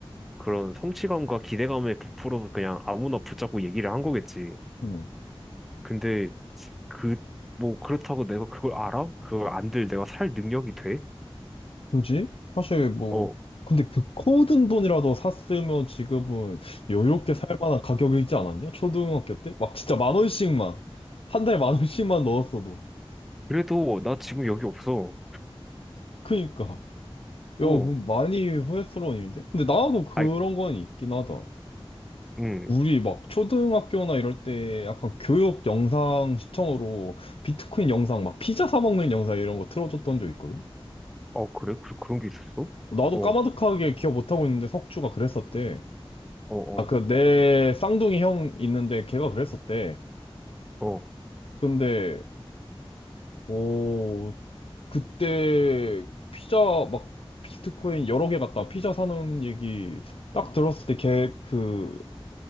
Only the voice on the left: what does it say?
음.
그지? 사실 뭐,
근데 그 코든 돈이라도 샀으면 지금은 여유롭게 살 만한 가격이지 않았냐? 초등학교 때? 막 진짜 만 원씩만, 한 달에 만 원씩만 넣었어도.
그니까.
야, 그럼 많이 후회스러운 일인데? 근데 나도 그런
건 있긴 하다.
우리 막 초등학교나 이럴 때 약간 교육 영상 시청으로 비트코인 영상, 막 피자 사 먹는 영상 이런 거 틀어줬던 적 있거든?
나도
까마득하게 기억 못하고 있는데 석주가 그랬었대.
아, 그
내 쌍둥이 형 있는데 걔가 그랬었대.
근데, 어, 그때 피자 막 비트코인 여러 개 갖다 피자 사는 얘기 딱 들었을 때걔그